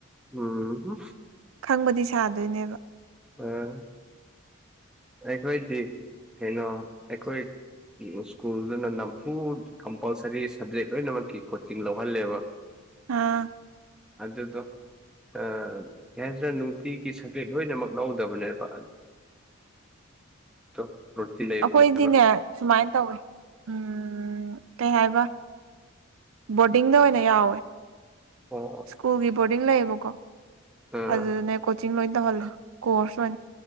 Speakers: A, in the centre; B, on the right.
A: ꯎꯝ
B: ꯈꯪꯕꯗꯤ ꯁꯥꯗꯣꯏꯅꯦꯕ
A: ꯎꯝ ꯑꯩꯈꯣꯏꯗꯤ ꯀꯩꯅꯣ ꯑꯩꯈꯣꯏ ꯁ꯭ꯀꯨꯜꯗꯨꯅ ꯅꯝꯐꯨ ꯀꯝꯄꯜꯁꯔꯤ ꯁꯕꯖꯦꯛ ꯂꯣꯏꯅꯃꯛꯀꯤ ꯀꯣꯆꯤꯡ ꯂꯧꯍꯜꯂꯦꯕ꯫
B: ꯑꯥ
A: ꯑꯗꯨꯗꯣ ꯑꯥ ꯀꯔꯤꯍꯥꯏꯁꯦꯔꯥ ꯅꯨꯡꯇꯤꯒꯤ ꯁꯕꯖꯦꯛ ꯂꯣꯏꯅꯃꯛ ꯂꯧꯗꯕꯅꯦꯕ ꯑꯗꯨꯗꯣ ꯔꯨꯇꯤꯟ ꯂꯩꯕꯅꯦꯕ
B: ꯑꯩꯈꯣꯏꯗꯤꯅꯦ ꯁꯨꯃꯥꯏꯅ ꯇꯧꯋꯦ ꯎꯝ ꯀꯩ ꯍꯥꯏꯕ ꯕꯣꯔꯗꯤꯡꯗ ꯑꯣꯏꯅ ꯌꯥꯎꯋꯦ
A: ꯑꯣ
B: ꯁ꯭ꯀꯨꯜꯒꯤ ꯕꯣꯔꯗꯤꯡ ꯂꯩꯌꯦꯕꯀꯣ
A: ꯑꯥ
B: ꯑꯗꯨꯗꯅꯦ ꯀꯣꯆꯤꯡ ꯂꯣꯏ ꯇꯧꯍꯜꯂꯦ ꯀꯣꯔꯁ ꯂ